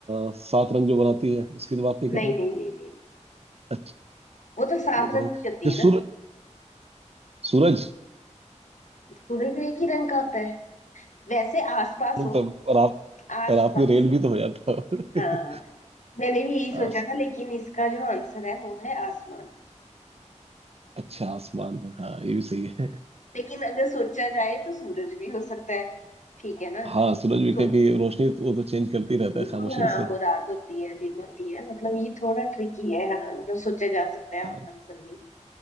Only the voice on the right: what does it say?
अ, सात रंग जो बनाती है उसकी तो बात नहीं
कर रहे
अच्छा
रोज
रंग
जो
सूर सूरज
नहीं
तो रात
रात में रेल भी तो
हो जाता है।
आस,
अच्छा आसमान हाँ ये भी सही है
हाँ सूरज भी
क्या कि रोशनी तो- वो तो चेंज करती रहता
है खामोशी
से
हाँ